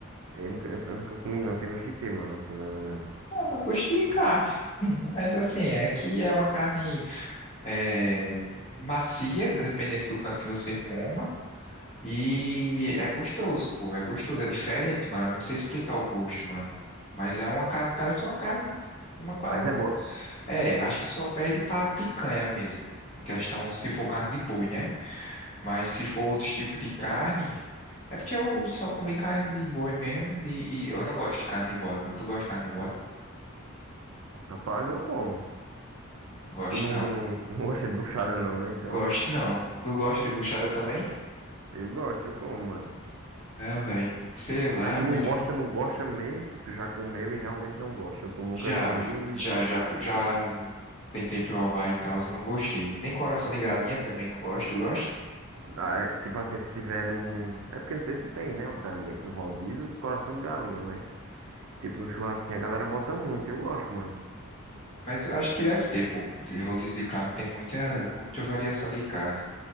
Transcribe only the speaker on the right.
Eu nunca, eu nunca comi, não. Tem gosto de quê, mano, assim, mais ou menos.
Mas é boa.
Rapaz, eu como.
Tu não,
não gosta de buchada não, né? Então,
eu gosto, eu como, mano.
Mas
tu
não gosta, não gosta mesmo, tipo, tu já comeu e realmente não gosta. Ou tu nunca
comeu e
Ah, é, tipo assim, se tiver num. É porque não sei se tem, né? Obviamente, num rodízio, coração de galinha, mas. Tipo, num churrasquinho a galera bota muito, eu gosto, mano.